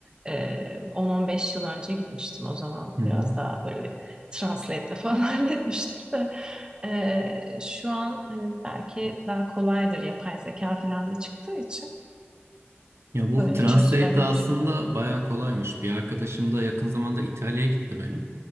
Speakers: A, on the right; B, on the right.
A: e, 10-15 yıl önce gitmiştim o zaman.
B: Hı
A: Biraz
B: hı.
A: daha böyle bir translate'le falan <laughs> halletmiştik de. Ee, şu an hani belki daha kolaydır yapay zeka falan da çıktığı için
B: Ya bu
A: böyle
B: Translate
A: çözülebilir.
B: de aslında bayağı kolaymış. Bir arkadaşım da yakın zamanda İtalya'ya gitti benim.